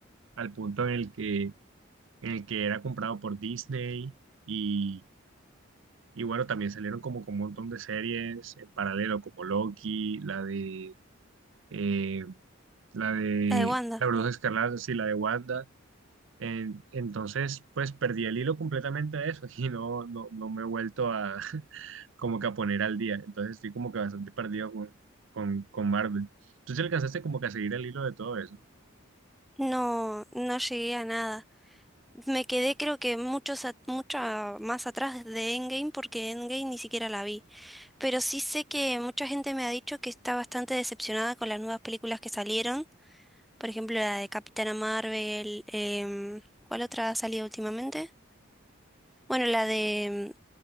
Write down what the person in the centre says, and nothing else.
La de Wanda.
No, no llegué a nada. Me quedé creo que muchos a- mucha más atrás de Endgame porque Endgame ni siquiera la vi. Pero sí sé que mucha gente me ha dicho que está bastante decepcionada con las nuevas películas que salieron. Por ejemplo, la de Capitana Marvel. em, ¿cuál otra ha salido últimamente? Bueno, la de...